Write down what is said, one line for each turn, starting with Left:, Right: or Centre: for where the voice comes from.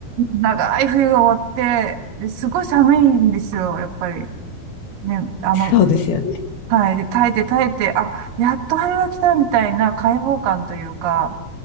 Right: 長い冬が終わって、ですごい寒いんですよ、やっぱり。ね、あの、
Left: そうですよね。
Right: はい。で、耐えて耐えて、あ、やっと春が来たみたいな開放感というか、